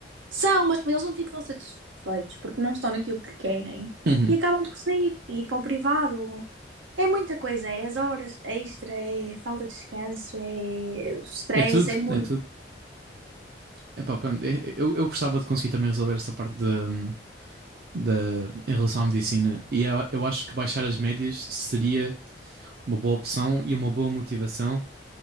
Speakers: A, on the right; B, on the right.
A: São, mas depois eles não ficam satisfeitos porque não estão naquilo que querem
B: Uhum.
A: e acabam por sair e ir para o privado. É muita coisa, é as horas extra, é falta de descanso, é o stress,
B: É tudo,
A: é muito.
B: é tudo. Epá, pronto, é- eu, eu gostava de conseguir também resolver esta parte da da- em relação à medicina. E eu, eu acho que baixar as médias seria uma boa opção e uma boa motivação.